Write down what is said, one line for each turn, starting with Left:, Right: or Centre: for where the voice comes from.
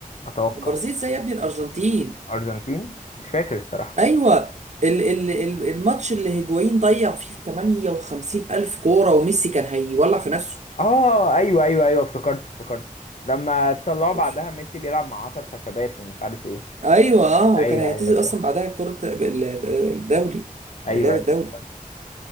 Left: اتوقع
Right: البرازيل زي يا ابني الارجنتين
Left: ارجنتين مش فاكر الصراحة
Right: ايوه ال ال ال- الماتش اللي هيجوين ضيع فيه 58 الف كوره وميسي كان هيولع في نفسه
Left: اه ايوه ايوه ايوه افتكرت افتكرت لما طلعوا بعدها
Right: مش
Left: ميسي بيلعب مع 10 خشبات ومش عارف ايه
Right: ايوه اه
Left: ايوه
Right: وكان هيعتزل
Left: ايوه
Right: اصلا
Left: صح
Right: بعدها كرة ال- الدولي
Left: ايوه
Right: اللعب
Left: ايوه
Right: الدولي
Left: افتكرت